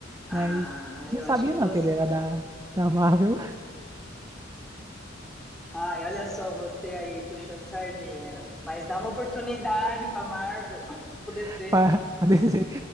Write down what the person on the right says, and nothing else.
Mas não
sabia
não que ele era da, da Marvel
<laughs>
para dizer.